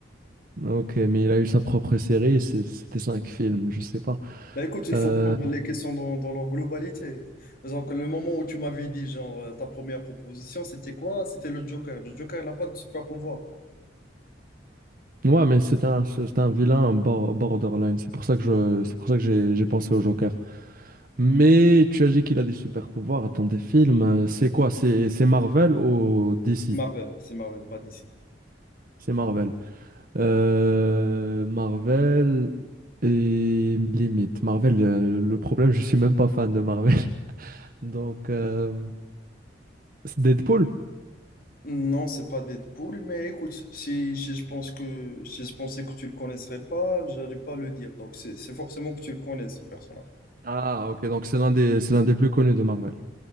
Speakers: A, on the right; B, on the left.
A: Ok, mais il a eu sa propre série, c'est- c'était cinq films, je sais pas.
B: Bah écoute, il
A: Euh,
B: faut prendre les questions dans, dans leur globalité. Donc, le moment où tu m'avais dit, genre, euh, ta première proposition, c'était quoi? C'était le Joker. Le Joker, il n'a pas de super pouvoir.
A: ouais, mais c'est un, c'est un vilain un bor- borderline, c'est pour ça que je, c'est pour ça que j'ai, j'ai pensé au Joker. Mais tu as dit qu'il a des super pouvoirs dans des films, euh, c'est quoi? C'est, c'est Marvel ou DC?
B: C'est Marvel, c'est Marvel, pas d'ici.
A: C'est Marvel. Euh, Marvel et limite. Marvel, euh, le problème, je suis même pas fan de Marvel. <laughs> Donc, euh, c'est Deadpool?
B: Non, c'est pas Deadpool, mais écoute, si, si je pense que, si je pensais que tu le connaisserais pas, j'allais pas le dire. Donc, c'est c'est forcément que tu le connais, ce personnage.
A: Ah, ok, donc c'est l'un des, c'est l'un des plus connus de Marvel.